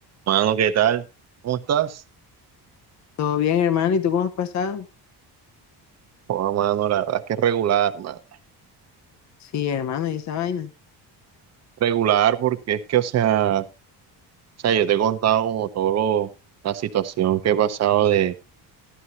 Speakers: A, on the right; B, on the left.
A: Mano, ¿qué tal? ¿Cómo estás?
B: Todo bien, hermano, ¿y tú cómo has pasado?
A: Oh, mano, la verdad es que es regular, mano.
B: Sí, hermano, ¿y esa vaina?
A: Regular porque es que, o sea, o sea, yo te he contado como todo lo- la situación que he pasado de,